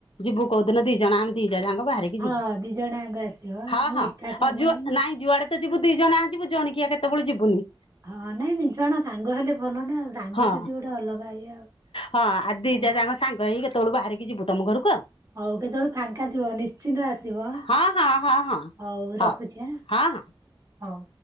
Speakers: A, on the left; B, on the right.
A: ଯିବୁ କୋଉଦିନ ଦି ଜଣ ଆଁ ଦି ଯା ଜାଙ୍କ ବାହାରିକି
B: ହଁ
A: ଯିବୁ
B: ଦି ଜଣ ଆଙ୍କ ଆସିବ
A: ହଁ
B: ମୁଁ
A: ହଁ
B: ଏକା ସବୁବେଳେ
A: ଅଜୁ
B: ନା।
A: ନାଇଁ ଯୁଆଡେ ଯିବୁ ଦି ଜଣ ଆ ଯିବୁ ଜଣିକିଆ କେତେବଳୁ ଯିବୁନି।
B: ହଁ ନାଇଁ ନାଇଁ ଜଣ ସାଙ୍ଗ ହେଲେ ଭଲ ନା ଆଉ ରାଙ୍ଗସାଥିୀ
A: ହଁ
B: ଗୋଟେ ଅଲଗା ଇଏ ଆଉ।
A: ହଁ ଆ
B: ହଉ
A: ଦି ଯା ଯାକ ସାଙ୍ଗ ହେଇ କେତେବେଳୁ ବାହାରିକି ଯିବୁ ତମ ଘରକୁ ଆଉ।
B: ହଉ କେତେବେଳୁ ଫାଙ୍କା ଥିବ ନିଶ୍ଚିନ୍ତ ଆସିବ ଆଁ।
A: ହଁ ହଁ ହଁ ହଁ
B: ହଉ
A: ହଁ
B: ରଖୁଛି ଆଁ ହଉ।
A: ହଁ।